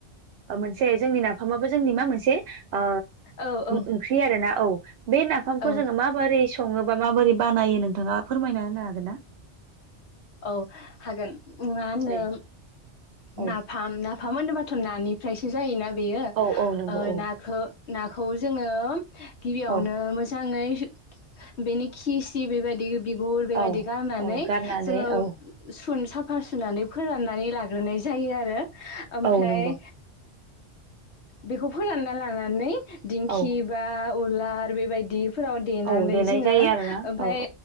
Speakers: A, on the right; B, on the left.
A: मोनसे जोंनि नाफामाबो जोंनि मा मोनसे ओ
B: औ औ
A: ओंख्रि आरोना औ बे नाफामखौ
B: औ
A: जोङो माबोरै सङो? माबोरै बानायो नोंथाङा फोरमायना होनो हागोनना?
B: औ हागोन। मा होनो
A: दे औ
B: नाफाम नाफाम होनोब्लाबाथ' नानिफ्रायसो जायोना बेयो
A: औ औ नंगौ
B: ओ
A: औ
B: नाखो नाखौ जोङो गिबियावनो
A: औ
B: मोजाङै बेनि खि सि बेबायदि बिगुर बेबायदि
A: औ
B: गारनानै
A: औ गारनानै
B: <unintelligible> जोङो
A: औ
B: सुन-साफा सुनानै फोराननानै लाग्रोनाय जायो आरो। ओमफ्राय
A: औ नंगौ
B: बेखौ फोरानना लानानै दिंखि
A: औ
B: बा उलार बेबायदि फोराव देनानै
A: औ देनाय
B: जोङो
A: जायो आरोना
B: ओमफ्राय
A: औ